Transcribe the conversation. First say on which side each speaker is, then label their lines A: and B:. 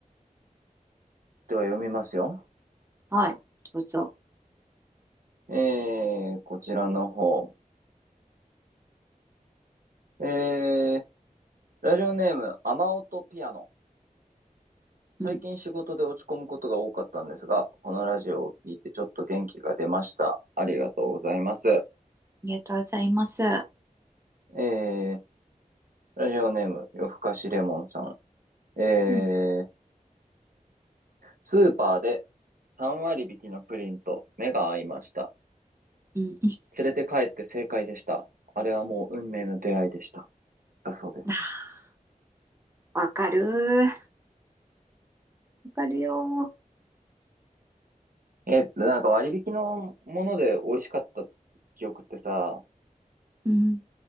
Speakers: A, on the right; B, on the right.
A: では読みますよ。
B: はい。どうぞ。
A: えー、こちらの方。えー、ラジオネーム、雨音ピアノ。最近仕事で落ち込むことが多かったんですが、
B: うん。あ
A: このラジオを聞いてちょっと元気が出ました。ありがとうございます。え
B: りがとうございます。
A: ー、ラジオネーム、夜更かしレモンさん。えー、
B: うん。
A: スーパーで3割引きのプリンと目が合いました。
B: うん。
A: 連れて帰って正解でした。あれはもう運命の出会いでした。だそうです。
B: <laughs> わかる。わかるよ。
A: えー、なんか割引のもので美味しかった記憶ってさ、
B: うん。